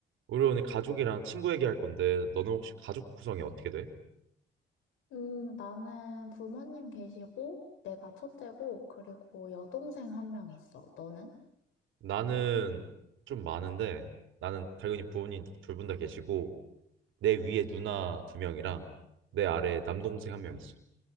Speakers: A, on the right (about 80°); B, on the left (about 85°).
A: 우리 오늘 가족이랑 친구 얘기할 건데 너는 혹시 가족 구성이 어떻게 돼?
B: 음, 나는 부모님 계시고, 내가 첫째고, 그리고 여동생 한 명 있어. 너는?
A: 나는 좀 많은데 나는 당연히 부모님 둘 분 다 계시고 내 위에 누나 두 명이랑 내 아래에 남동생 한 명 있어.